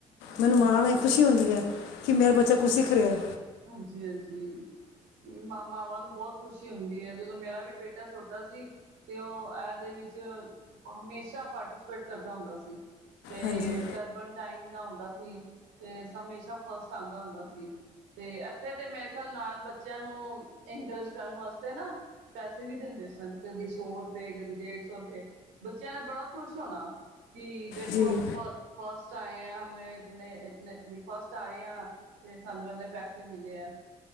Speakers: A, on the right (about 70°); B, on the left (about 70°).
A: ਹਮ
B: ਮੈਨੂੰ ਮਾਨ ਹੈ ਖੁਸ਼ੀ ਹੁੰਦੀ ਹੈ। ਕਿ ਮੇਰਾ ਬੱਚਾ ਕੁਛ ਸਿੱਖ ਰਿਹਾ ਹੈ।
A: ਹਾਂਜੀ ਹਾਂਜੀ ਮਾਵਾਂ ਨੂੰ ਬਹੁਤ ਖੁਸ਼ੀ ਹੁੰਦੀ ਹੈ ਜਦੋਂ ਮੇਰਾ ਵੀ ਬੇਟਾ ਛੋਟਾ ਸੀ ਤੇ ਉਹ ਇਹਦੇ ਵਿੱਚ ਹਮੇਸ਼ਾ ਪਾਰਟੀਸਪੇਟ ਕਰਦਾ ਹੁੰਦਾ ਸੀ। ਤੇ
B: ਹਾਂਜੀ
A: ਟਰਬਨਟਾਈਨ ਦਾ ਹੁੰਦਾ ਸੀ। ਸੀ ਤੇ ਹਮੇਸ਼ਾ ਫਸਟ ਆਂਦਾ ਹੁੰਦਾ ਸੀ। ਤੇ ਇੱਥੇ ਤੇ ਮੇਰੇ ਖਿਆਲ ਨਾਲ ਬੱਚਿਆਂ ਨੂੰ ਇਨਕਰੇਜ ਕਰਨ ਵਾਸਤੇ ਨਾ ਪੈਸੇ ਵੀ ਦਿੰਦੇ ਸਨ ਕਦੀ ਸੌ ਰੁਪਏ ਕਦੀ ਡੇਢ ਸੌ ਰੁਪਏ ਬੱਚਿਆਂ ਨੇ ਬੜਾ ਖੁਸ਼ ਹੋਣਾ। ਕੀ ਦੇਖੋ
B: ਜੀ
A: ਫ ਫਸਟ ਆਏ ਏ ਹਮੇਂ ਇਤਨੇ ਇਤਨੇ ਵੀ ਫਸਟ ਆਏ ਆ ਤੇ ਸਾਨੂੰ ਇੰਨੇ ਪੈਸੇ। ਮਿਲੇ ਹੈ